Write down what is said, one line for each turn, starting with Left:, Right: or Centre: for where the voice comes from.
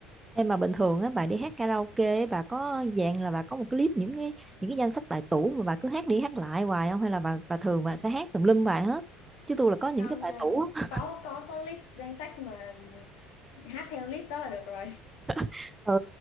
Right: em mà bình thường á bà đi hát karaoke á, bà có dạng là bà có một cái list những cái những cái danh sách bài tủ mà bà cứ hát đi hát lại hoài không hay là bà bà thường bà sẽ hát tùm lum bài hết chứ tôi là có những
Left: không
Right: cái
Left: nha
Right: bài tủ á.
Left: có có có list danh sách mà hát theo list đó là được rồi
Right: <laughs> ừ